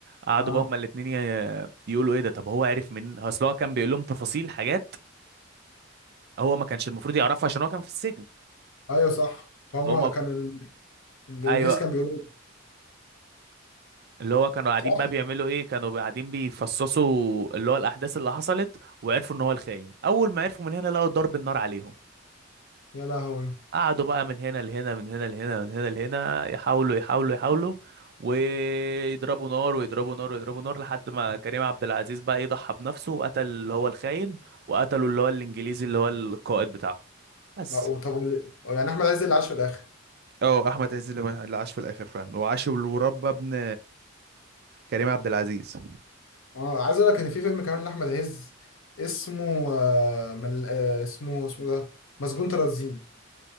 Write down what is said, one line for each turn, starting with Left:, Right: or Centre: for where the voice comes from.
Right: قعدوا
Left: اه
Right: بقى هما الاتنين ي- يقولوا ايه ده طب هو عرف من اصل هو كان بيقول لهم تفاصيل حاجات هو ما كانش المفروض يعرفها عشان هو كان في السجن
Left: ايوه صح فهم
Right: هما
Left: كان ال... الانجليز
Right: ايوه
Left: كان بيقولوا
Right: اللي هو كانوا قاعدين
Left: صح
Right: بقى بيعملوا ايه كانوا قاعدين بيفصصوا اللي هو الاحداث اللي حصلت وعرفوا ان هو الخاين اول ما عرفوا من هنا لقوا ضرب النار عليهم
Left: يا لهوي
Right: قعدوا بقى من هنا لهنا من هنا لهنا من هنا لهنا يحاولوا يحاولوا يحاولوا ويضربوا نار ويضربوا نار ويضربوا نار لحد ما كريم عبد العزيز بقى يضحى بنفسه وقتل اللي هو الخاين وقتلوا اللي هو الانجليزي اللي هو القائد بتاعه بس
Left: لا، طب وال- يعني احمد عز اللي عاش في الاخر
Right: اه احمد عز اللي اللي عاش في الاخر فعلا وعاش وربى ابن كريم عبد العزيز
Left: اه عايز اقول لك ان في فيلم كمان لاحمد عز اسمه آه مل... آه اسمه اسمه ده مسجون ترانزيت